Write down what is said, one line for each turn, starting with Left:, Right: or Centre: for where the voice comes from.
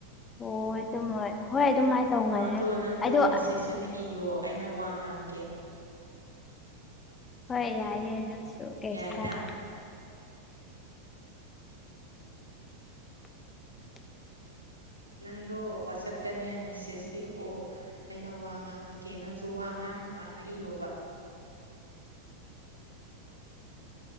Left: ꯍ ꯑꯗꯨꯝꯣꯏ ꯍꯣꯏ ꯑꯗꯨꯃꯥꯏꯅ ꯇꯧꯒꯜꯂꯦ
Right: ꯑꯗꯣ ꯅꯪꯗꯣ
Left: ꯑꯗꯣ
Right: ꯃꯦꯁꯦꯁ ꯑꯣꯏꯅ ꯏꯌꯣ ꯑꯩꯅ ꯋꯥ ꯉꯥꯡꯒꯦ
Left: ꯍꯣꯏ ꯌꯥꯏ ꯌꯥꯏꯗꯁꯨ ꯀꯩꯁꯀꯥꯏ
Right: ꯌꯥꯏꯅ
Left: <inaudible>
Right: ꯅꯪꯗꯣ ꯋꯥꯆꯞꯇꯅꯦ ꯃꯦꯁꯦꯁ ꯏꯔꯛꯑꯣ ꯑꯩꯅ ꯋꯥ ꯉꯥꯡꯉꯛꯀꯦ ꯅꯪꯁꯨ ꯋꯥ ꯉꯥꯡꯅꯕ ꯑꯉꯥꯡꯅ ꯏꯌꯣꯕ
Left: <inaudible>